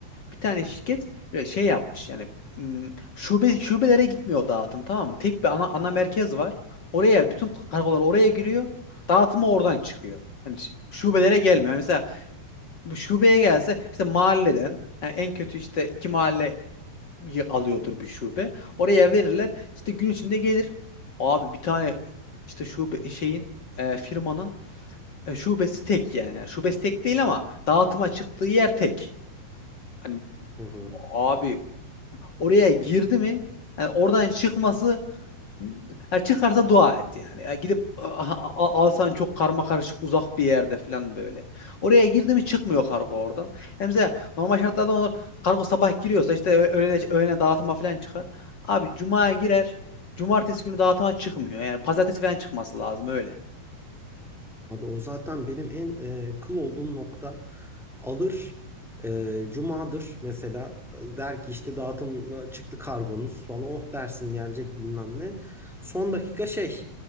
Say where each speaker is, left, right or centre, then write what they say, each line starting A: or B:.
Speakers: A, on the left; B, in the centre.
A: bir tane şirket böyle şey yapmış yani m, şube şubelere gitmiyor o dağıtım tamam mı? Tek bir ana ana merkez var. Oraya bütün kargolar oraya giriyor. Dağıtımı oradan çıkıyor. Hani ş- şubelere gelmiyor. Yani mesela bu şubeye gelse işte mahalleden yani en kötü işte iki mahalle y- alıyordur bir şube. Oraya verirler. İşte gün içinde gelir. Abi bir tane işte şube e, şeyin e, firmanın e, şubesi tek yani. Yani Şubesi tek değil ama dağıtıma çıktığı yer tek. Hani
B: Hı hı.
A: abi oraya girdi mi yani oradan çıkması yani çıkarsa dua et yani. Yani gidip a- a- a- alsan çok karma karışık uzak bir yerde falan böyle. Oraya girdi mi çıkmıyor kargo oradan. Yani mesela normal şartlarda olur kargo sabah giriyorsa işte ö- öğlene, öğlene dağıtıma falan çıkar. Abi cumaya girer. Cumartesi günü dağıtıma çıkmıyor. Yani pazartesi falan çıkması lazım öyle.
B: Abi o zaten benim en e, kıl olduğum nokta alır e, cumadır mesela der ki işte dağıtım çıktı kargonuz falan oh dersin gelecek bilmem ne. Son dakika şey